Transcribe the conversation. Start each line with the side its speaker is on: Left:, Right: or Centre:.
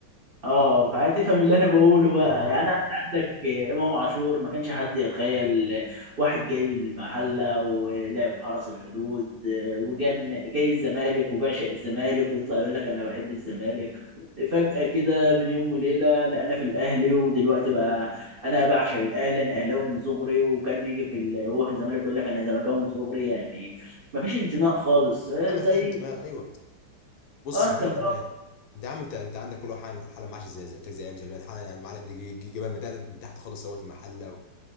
Right: اه فهتفهم اللي انا بقوله بقى
Left: اه
Right: يعني انت عندك امام عاشور ما كانش حد يتخيل واحد جاي من المحله ولعب في حرس الحدود وجن جاي الزمالك وبعشق الزمالك ويطلع يقول لك انا بحب الزمالك فجاه كده من يوم وليله لقينا في الاهلي ودلوقتي بقى انا بعشق الاهلي انا اهلاوي من صغري وكان يجي في ال... هو في الزمالك يقول لك انا زملكاوي من صغري يعني ما فيش انتماء خالص
Left: يا عم مفيش
Right: زي
Left: انتماء ايوه بص
Right: اه انت
Left: مفيش
Right: فاهم
Left: انتماء انت يا عم انت انت عندك كل واحد حاله معاش زي زي قلت لك زي ايام زمان حاله يعني المعلم دي جه جه جبان من تحت من تحت خالص سوت المحله